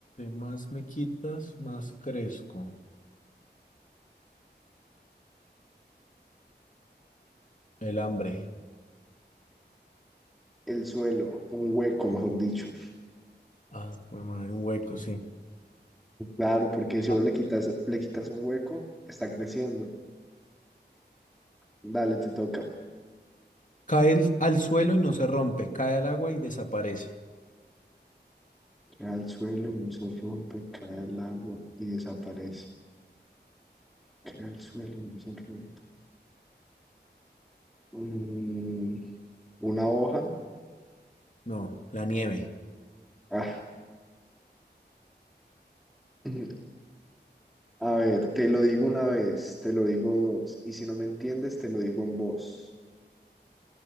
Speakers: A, on the left (about 45°); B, in the centre.
A: más me quitas, más crezco. El hambre.
B: El suelo, un hueco, mejor dicho.
A: Ah, bueno, madre, un hueco, sí.
B: Claro, porque si
A: Ah,
B: vos le quitas, le quitas un hueco, está creciendo. Dale, te toca.
A: Cae el- al suelo y no se rompe, cae al agua y desaparece.
B: Cae al suelo y no se rompe, cae al agua y desaparece. Cae al suelo y no se rompe. Mm, una hoja.
A: No, la nieve.
B: Ah, <laughs> <clears throat> a ver, te lo digo una vez, te lo digo dos. Y si no me entiendes, te lo digo en voz.